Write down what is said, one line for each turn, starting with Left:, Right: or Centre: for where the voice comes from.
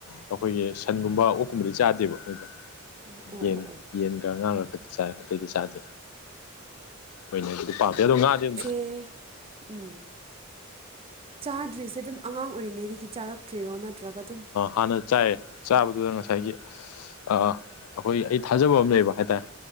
Left: ꯑꯩꯈꯣꯏꯒꯤ ꯁꯟꯒꯨꯝꯕ ꯑꯣꯛꯀꯨꯝꯕꯗꯤ ꯆꯥꯗꯦꯕ ꯑꯗꯨꯗ
Right: ꯑꯣ ꯑꯣ
Left: ꯌꯦꯟ
Right: ꯑꯣ ꯑꯣ
Left: ꯌꯦꯟꯒ ꯉꯥꯒ ꯈꯛꯇ ꯆꯥꯏ ꯑꯇꯩꯗꯤ ꯆꯥꯗꯦ ꯍꯣꯏꯅꯦꯗꯤ ꯄꯥꯇꯦ ꯑꯗꯣ ꯉꯥꯗꯤ ꯑꯗꯨꯝ
Right: ꯑꯦ ꯎꯝ ꯆꯥꯗ꯭ꯔꯤꯁꯦ ꯑꯗꯨꯝ ꯑꯉꯥꯡ ꯑꯣꯏꯔꯤꯉꯩꯗꯒꯤ ꯆꯥꯔꯛꯇ꯭ꯔꯤꯔꯣ ꯅꯠꯇ꯭ꯔꯒ ꯑꯗꯨꯝ
Left: ꯍꯥꯟꯅ ꯆꯥꯏꯑꯦ ꯆꯥꯕꯗꯨꯗ ꯉꯁꯥꯏꯒꯤ ꯑ ꯑꯩꯈꯣꯏ ꯑꯩ ꯊꯥꯖꯕ ꯑꯃ ꯂꯩꯕ ꯍꯥꯏꯇꯥꯔꯦ